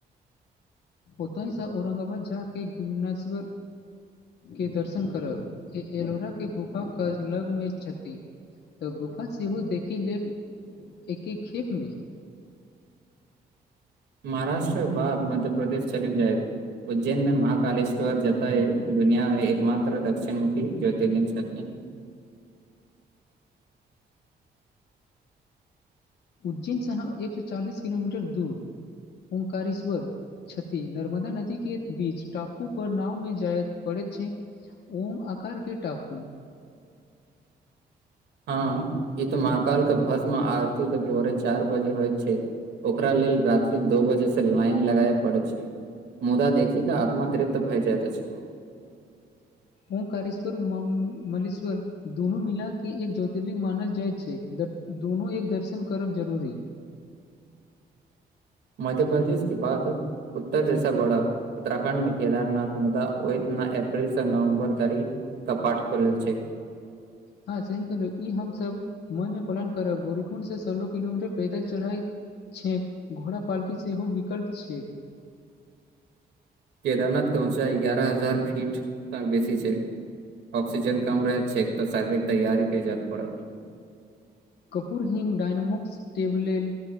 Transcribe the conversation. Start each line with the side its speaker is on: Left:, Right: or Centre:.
Left: ओत ही स औरंगाबाद जाक <unintelligible> केँ दर्शन करब ए एलोरा केँ गुफा कऽ लगमे छथि तऽ गुफा सेहो देखि लेब एके खेप मे
Right: महाराष्ट्र बाद मध्य प्रदेश चलि जाएब उज्जैन मे महकालेश्वर जतैय दुनियामे एक मात्र दक्षिण मुखी ज्योतिरलिंग छथि
Left: उज्जैन शाह एक सौ चालीस किलोमीटर दूर उमकारेश्वर छथि नर्मदा नदी केँ बीच टापू पर नाव मे जायत पड़ैत छै ओम आकार केँ टापू
Right: हँ ई तो महकाल कऽ भस्म आरती कऽ भोरे चाइर बजे होयत छै ओकरा लेल रात्रिक दो बजे से लाइन लगाय परैत छै मुदा देखि केँ आत्म तृप्त भइ जाइत छै
Left: ओमकारेश्वर म्लेश्वर दुनू मिलाके एक ज्योतिर्लिंग मानल जाइत छै दत्त दुनू एक दर्शन करब जरूरी
Right: मध्य प्रदेश केँ बाद उत्तर दिशा बढ़ब उत्तराखण्ड मे केदारनाथ मुदा ओतना अप्रिल से नवम्बर धरि कपाट खुलल छै
Left: हँ सही कहलहु ई हमसभ मन मे पलन करब गोरीकुंड सँ सोलह किलोमीटर पैदल चढ़ाई छैक घोड़ा पालकी सेहो विकल्प छै
Right: केदारनाथ कऽ ऊँचाइ एगारह हजार फीटसँ बेसी छै ऑकसीजन कम रहैत छै एक तऽ शारीरिक तैयारी कैच जायत पड़त
Left: कर्पूरहिंग डायनोमक्स टेब लेल